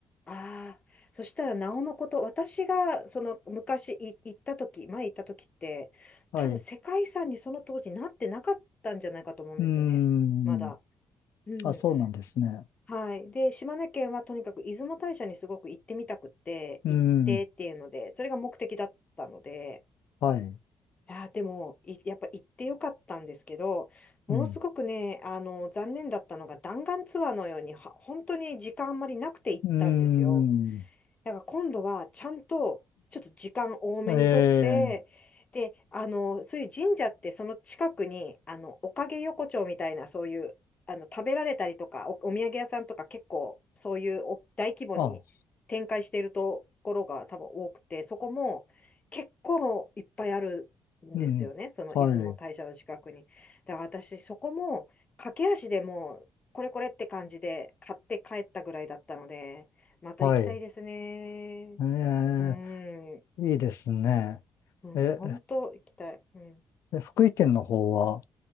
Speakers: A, on the left; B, on the left.
A: ああ、そしたらなおのこと、私がその昔い行った時、前行った時って、
B: はい。
A: 多分世界遺産にその当時なってなかったんじゃないかと思うんですよね。
B: うーん。
A: まだ。うん。
B: あ、そうなんですね。
A: はい。で、島根県はとにかく出雲大社にすごく行ってみたくって、
B: うーん。
A: 行ってっていうので、それが目的だったので、
B: はい。
A: いやー、でも、いやっぱ行ってよかったんですけど、ものすごくね、
B: うん。
A: あの、残念だったのが弾丸ツアーのように、は本当に時間あんまりなくて行ったんですよ。
B: うーん。
A: だから今度はちゃんとちょっと時間多めにとって、
B: <laughs> ええ
A: で、あの、そういう神社ってその近くに、あの、おかげ横丁みたいなそういう、あの、食べられたりとか、お、お土産屋さんとか結構そういうお大規模に展開しているところが多分多くて、
B: あ、
A: そこも結構いっぱいあるんですよね。
B: うん。
A: その出雲大社の近くに。
B: はい。
A: だから私そこも駆け足でもうこれこれって感じで買って帰ったぐらいだったので、また行きたいですね。
B: はい。ええ
A: うん、
B: いいですね。
A: うん、
B: え、
A: 本当行きたい。うん、
B: え福井県の方は